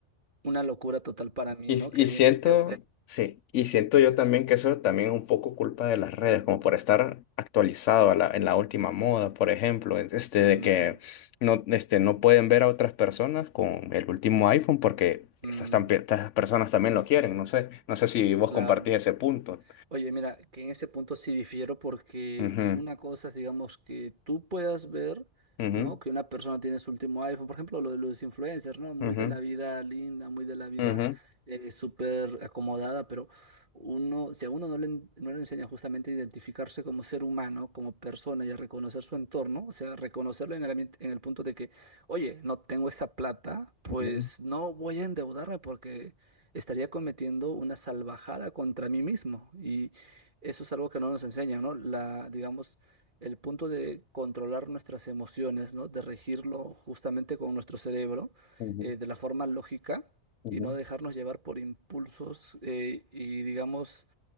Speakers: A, on the right (about 45°); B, on the left (about 85°).
A: una locura total para mí,
B: Y,
A: ¿no? Que
B: y
A: alguien
B: siento,
A: se endeude.
B: sí, y siento yo también que eso también es un poco culpa de las redes, como por estar actualizado a la- en la última moda, por ejemplo, este,
A: Mm,
B: de que no, este, no pueden ver a otras personas con el último iPhone porque esas,
A: mm,
B: tampi- estas personas también lo quieren, no sé, no sé si vos
A: claro.
B: compartís ese punto.
A: Oye, mira, que en ese punto sí difiero porque
B: Ujú,
A: una cosa es, digamos, que tú puedas ver,
B: ujú,
A: ¿no? Que una persona tiene su último iPhone, por ejemplo, lo de los influencers, ¿no? Muy
B: ujú,
A: de la vida linda, muy de la vida
B: ujú,
A: eh, súper acomodada, pero uno, si a uno no le, en- no le enseña justamente a identificarse como ser humano, como persona y a reconocer su entorno, o sea, reconocerlo en el, ambien- en el punto de que, oye, no tengo esa plata, pues
B: ujú,
A: no voy a endeudarme porque estaría cometiendo una salvajada contra mí mismo. Y eso es algo que no nos enseñan, ¿no? La, digamos, el punto de controlar nuestras emociones, ¿no? De regirlo justamente con nuestro cerebro,
B: ujú,
A: eh, de la forma lógica
B: ujú,
A: y no dejarnos llevar por impulsos eh, y, digamos,